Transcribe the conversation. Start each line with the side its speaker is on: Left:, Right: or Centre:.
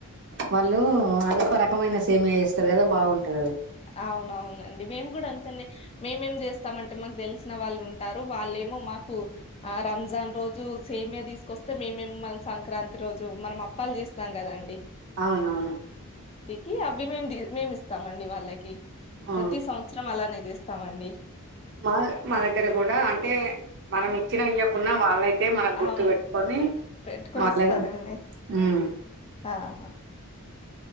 Right: వాళ్ళు అదొక రకమైన సేమ్యా చేస్తారు కదా బావుంటది అది
Left: అవునవునండి మేము కూడా అంతేండి మేమేం చేస్తామం టే మాకు తెలిసిన వాళ్ళు ఉంటారు వాళ్ళేమో మాకు ఆ రంజాన్ రోజు సేమ్య తీసుకొస్తే మే మేము మనం సంక్రాంతి రోజు మనం అప్పాలు చేస్తాం కదండి.
Right: అవునవును
Left: కి అవి మేం మేము ఇస్తామండి వాళ్ళకి
Right: ఆ
Left: ప్రతి సంవత్సరం అలానే చేస్తామండి.
Right: మాద మా దగ్గర కూడా అంటే మనం ఇచ్చిన ఇయ్యకున్న వాళ్ళై తే మనకు గుర్తు
Left: అవును
Right: పెట్టుకొని
Left: పెట్టుకుని
Right: అళ్లగ
Left: ఇస్తారండి
Right: ఉమ్
Left: ఆహా